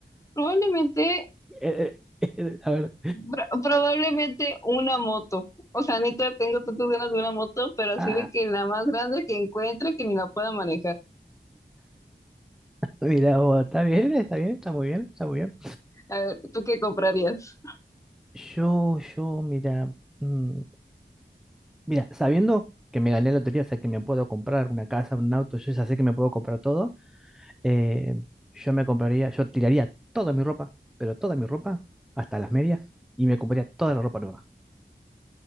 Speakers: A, on the left; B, in the centre.
A: Probablemente,
B: <laughs> A ver.
A: pra- probablemente una moto. O sea, neta, tengo tantas ganas de una moto, pero así
B: Ah,
A: de que la más grande que encuentre que ni la pueda manejar.
B: Mira, oh, está bien, está bien, está muy bien, está muy bien.
A: A ver, ¿tú qué comprarías?
B: Yo, yo, mira, mm, mira, sabiendo que me gané la lotería, o sea, que me puedo comprar una casa, un auto, yo ya sé que me puedo comprar todo, eh, yo me compraría, yo tiraría toda mi ropa, pero toda mi ropa, hasta las medias, y me compraría toda la ropa nueva.